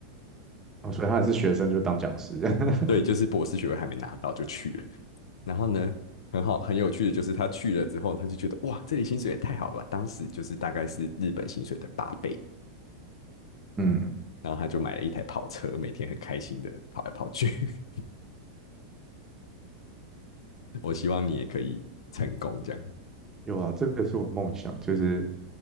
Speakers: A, on the right; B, on the left.
A: 哦，所以他也是学生就当讲师。<laughs>
B: 对，就是博士学位还没拿到就去了。然后呢，很好，很有趣的就是他去了之后，他就觉得哇，这里薪水也太好了吧，当时就是大概是日本薪水的八倍。
A: 嗯，
B: 然后他就买了一台跑车，每天很开心的跑来跑去。<laughs> 我希望你也可以成功，这样
A: 有啊，这个是我梦想，就是